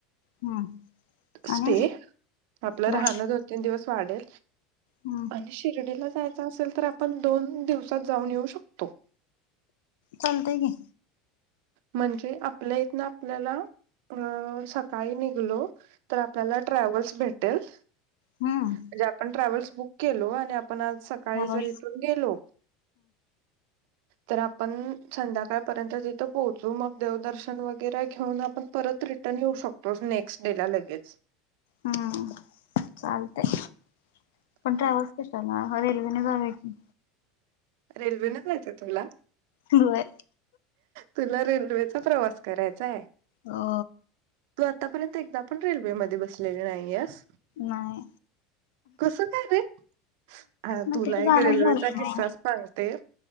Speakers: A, on the left; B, on the right.
A: हम्म आणि
B: स्टे आपलं
A: बर
B: राहणं दोन, तीन दिवस वाढल
A: हम्म
B: आणि शिर्डीला जायच असेल तर आपण दोन दिवसात जाऊन येऊ शकतो
A: चालतंय की
B: म्हणजे आपल्या इथ ना आपल्याला अ सकाळी निघलो तर आपल्याला ट्रॅव्हल्स भेटल म्हणजे
A: हम्म
B: आपण ट्रॅव्हल्स बुक केलो आणि आपण आज स सकाळी
A: हम्म
B: जर इथून गेलो तर आपण संध्याकाळपर्यंत तिथे पोहोचू मग देवदर्शन वगैरे घेऊन आपण परत रिटर्न येऊ शकतो नेक्स्ट डे ला लगेच
A: हम्म चालतय पण
B: हा.
A: ट्रॅव्हल्स चला मग रेल्वेने जाऊया की
B: रेल्वे न जायचं तुला
A: होय
B: तुला रेल्वेचा प्रवास करायचा आहे
A: हो
B: तू आतापर्यंत एकदा पण रेल्वेमध्ये बसलेले नाहीयास
A: नाय
B: कस काय बे हा
A: नाही
B: तुला
A: कुठे जाणच
B: एक रेल्वेचा
A: झालं
B: किस्सा
A: नाही
B: सांगते